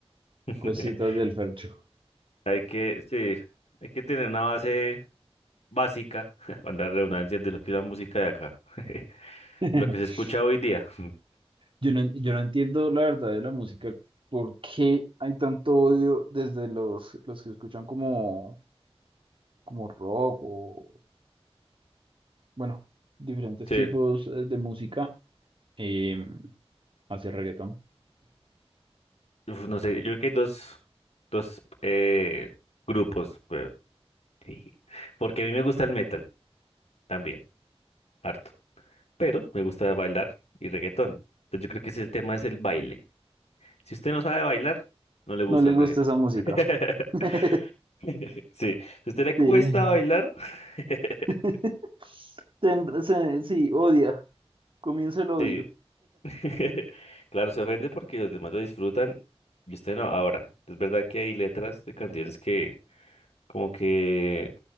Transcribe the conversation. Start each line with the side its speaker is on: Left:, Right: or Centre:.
Left: <laughs>
Right: cositas del Fercho.
Left: Hay que, sí, hay que tener una base básica, <laughs> para dar redundancias de lo que es la música de acá, <laughs>
Right: <laughs>
Left: lo que se escucha hoy día. <laughs>
Right: Yo no, yo no entiendo la verdad de la música, por qué hay tanto odio desde los, los que escuchan como, como rock o, bueno, diferentes
Left: Sí,
Right: tipos eh, de música eh, hacia reggaetón.
Left: uf, no sé, yo creo que hay dos, dos eh, grupos, pero- <laughs> porque a mí me gusta el metal también, harto. pero me gusta bailar y reggaetón. Entonces yo creo que ese es el tema es el baile. Si usted no sabe bailar, no le gusta
Right: No le
Left: el
Right: gusta
Left: reggaetón.
Right: esa música.
Left: <laughs>
Right: <laughs>
Left: Sí, si a usted le
Right: Sí.
Left: cuesta bailar, <laughs>
Right: <laughs> Se- se- sí, odia. Comienza el odio.
Left: sí. <laughs> Claro, se ofende porque los demás lo disfrutan y usted no. Ahora, es verdad que hay letras de canciones que como que